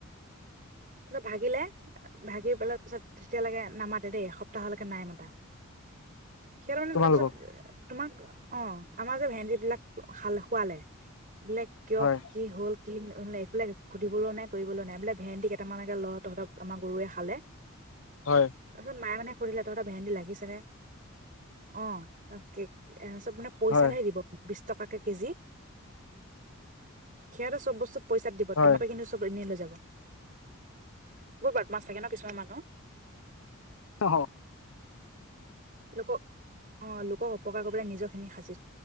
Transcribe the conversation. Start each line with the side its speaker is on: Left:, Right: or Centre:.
Right: তত ভাগিলে ভাগি পেলাই পিছত তেতিয়ালৈকে নামাতে দেই এসপ্তাহলৈকে নাই মতা। সিহঁতে মানে
Left: তোমালোকক
Right: তাৰপিছত তোমাক অ আমাৰ যে ভেন্দি বিলাক খাল খুৱালে। বোলে কিয়
Left: হয়
Right: কি হ'ল। কি এইবিলাক সুধিবলৈ নাই কৰিবলৈ নাই বোলে ভেন্দী কেইটামানকে ল তহঁতক আমাৰ গৰুৱে খালে।
Left: হয়
Right: তাৰপিছত মায়ে মানে সুধিলে তহতৰ ভেন্দি লাগিছে নে? অ তাকে। তাৰ পিছত মানে পইচাতহে
Left: হয়
Right: দিব বিছ টকাকে কেজি সিহঁতে চব বস্তু পইচাত দিব
Left: হয়
Right: তোমাৰ পৰা কিন্তু চব এনেই লৈ যাব। বহুত বদমাচ থাকে ন কিছুমান মানুহ।
Left: অ।
Right: লোকক অ লোকক অপকাৰ কৰিব নিজক। এনে সাজিলোঁ